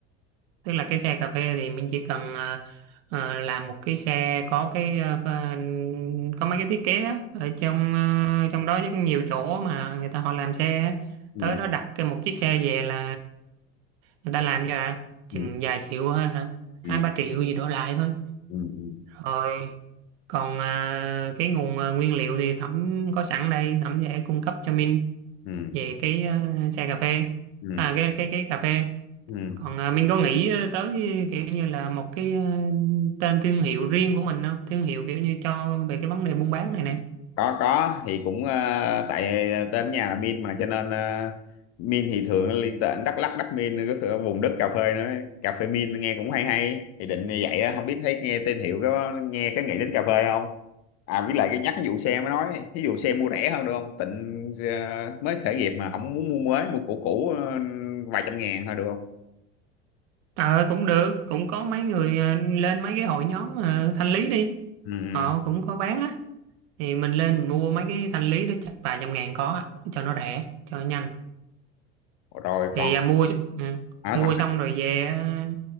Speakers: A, on the right; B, on the left.
A: tức là cái xe cà phê thì mình chỉ cần ờ, ờ, làm một cái xe có cái ờ, ờ, có mấy cái thiết kế á, ở trong ờ, trong đó rất nhiều chỗ mà người ta họ làm xe á.
B: ừ
A: tới đó đặt cái một chiếc xe về là người ta làm cho à chừng
B: ừ
A: vài triệu thôi hả
B: ừ
A: hai ba triệu gì đổ lại thôi
B: ừ ừ
A: rồi còn à, cái nguồn à, nguyên liệu thì Thẩm có sẵn đây Thẩm sẽ cung cấp cho Minh
B: ừ
A: về cái à, xe cà phê
B: ừ
A: à cái cái cái cà phê
B: ừ. ừ.
A: còn à, Minh có nghĩ tới kiểu như là một cái à, tên thương hiệu riêng của mình không thương hiệu kiểu như cho về cái vấn đề buôn bán này nè
B: có có thì cũng ờ, tại ờ, tên nhà là Min mà cho nên ờ, Min thì thường nó liên tên Đắk Lắk Đắk Min có sự vùng đất cà phê nữa cà phê Min nghe cũng hay hay thì định như vậy á không biết thấy nghe tên hiệu có nghe cái nghĩ đến cà phê không à với lại cái nhắc cái vụ xe mới nói ví dụ xe mua rẻ hơn được không tịnh ờ, mới khởi nghiệp mà không muốn mua mới mua cũ cũ ờ, vài trăm ngàn thôi được không
A: ờ cũng được cũng có mấy người à, lên mấy cái hội nhóm à, thanh lý đi
B: ừ,
A: họ cũng có bán á thì mình lên mình mua mấy cái thanh lý đó chắc vài trăm ngàn có á, cho nó rẻ cho nó nhanh
B: ừ. rồi
A: thì
B: còn
A: à, mua ừ,
B: ở
A: mua
B: thẳng
A: xong rồi về à,